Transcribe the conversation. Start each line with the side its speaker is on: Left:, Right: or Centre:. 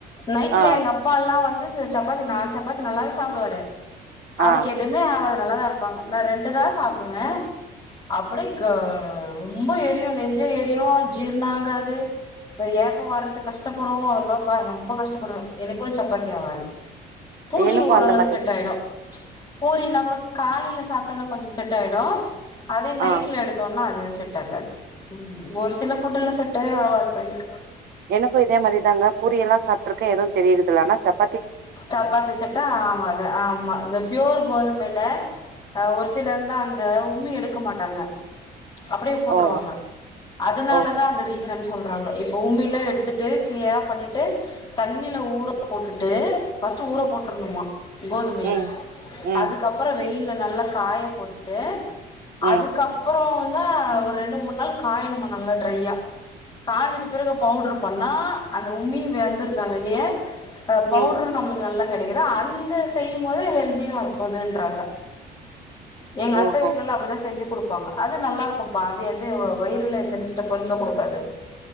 Left: நைட்ல
Right: ஆ
Left: எங்க அப்பால்லாம் வந்து சப்பாத்தி நாலு சப்பாத்தி நல்லாவே சாப்டுவாரு அவருக்கு
Right: ஆ
Left: எதுவுமே ஆவாது நல்லா தான் இருப்பாங்க நான் ரெண்டு தான் சாப்டுவேன் அப்டி க்கு ரொம்ப எரியும் நெஞ்சே எரியும் ஜீர்ணம் ஆகாது ஏப்பம் வர்றதுக்கு கஷ்டப்படுவோ எல்லாம் பா ரொம்ப கஷ்டப்படுவேன் எனக்கு கூட சப்பாத்தி ஆகாது பூரி
Right: எனக்கு
Left: ஓரளவு
Right: அந்த மாரிதா
Left: செட் ஆய்டும் ச் பூரினா கூட காலேல சாப்ட்டோனா கொஞ்சம் செட் ஆய்டும் அதே நைட்ல
Right: ஆ
Left: எடுத்தோனா அது செட் ஆக்காது ம் ஒரு சில ஃபுட்டெல்லாம் செட்டே ஆவாதுப்பா எனக்கு
Right: எனக்கும் இதே மாரிதாங்க பூரியெல்லாம் சாப்ட்றுக்கே எதும் தெரியிரதில்ல ஆனா சப்
Left: சப்பாத்தி செட்டா ஆமாங்க ஆமா இந்த ப்யோர் கோதுமைல ஆஹ் ஒரு சிலர்ந்தான் அந்த உம்மி எடுக்க மாட்டாங்க அப்டியே போட்ருவாங்க
Right: ஓ
Left: அதுனால
Right: ஓ
Left: தான் அந்த ரீசன் சொல்றாங்க எ உமியிலா எடுத்துட்டு கிளியரா பண்ணிட்டு தண்ணில ஊற போட்டுட்டு ஃபஸ்ட் ஊர போட்ரனுமா கோதுமைய
Right: ம் ம்
Left: அதுக்கப்புறம் வெயில்ல நல்லா காய போட்டுட்டு
Right: ம்
Left: அதுக்கப்புறம் வந் தா ஒரு ரெண்டு மூணு நாள் காயணுமா நல்லா ட்ரையா காஞ்சுது பிறகு பவுடர் பண் னா அந்த உம்மி வெந்துருந்தா வெளிய அஹ் பவுட்ரு
Right: ம்
Left: நம் நல்லா கிடைக்குதா அந்த செய்யும்போது ஹெல்தியும் இருக்குதுன்றாங்க எங்க
Right: ஓஹோ
Left: அத்த வீட்டுலலாம் அப்படிதா செஞ்சு கொடுப்ப ப்பாங்க அது நல்லா இருக்கும்ப்பா அது எதுவும் வயிறுல எந்த டிஸ்டர்பன்ஸும் கொடுக்காது